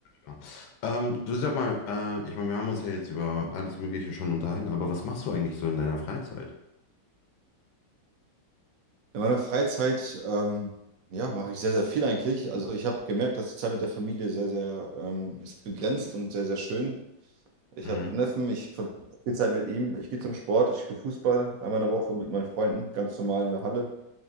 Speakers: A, on the left (about 80°); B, on the right (about 70°).
A: Ja. Ähm, du sag mal, äh, ich meine, wir haben uns ja jetzt über alles Mögliche schon unterhalten, aber was machst du eigentlich so in deiner Freizeit?
B: In meiner Freizeit, ähm, ja, mache ich sehr, sehr viel eigentlich. Also ich habe gemerkt, dass die Zeit mit der Familie sehr, sehr, ähm, ist begrenzt und sehr, sehr schön. Ich
A: Mhm.
B: habe einen Neffen, ich verbringe viel Zeit mit ihm. Ich gehe zum Sport, ich spiele Fußball einmal in der Woche mit meinen Freunden, ganz normal in der Halle.